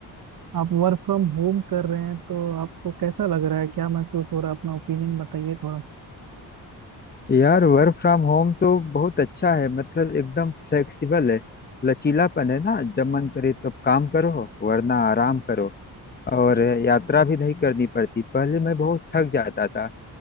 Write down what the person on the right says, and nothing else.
आप वर्क फ्रॉम होम कर रहे हैं तो आपको कैसा लग रहा है क्या महसूस हो रहा है अपना ओपिनियन बताइए थोड़ा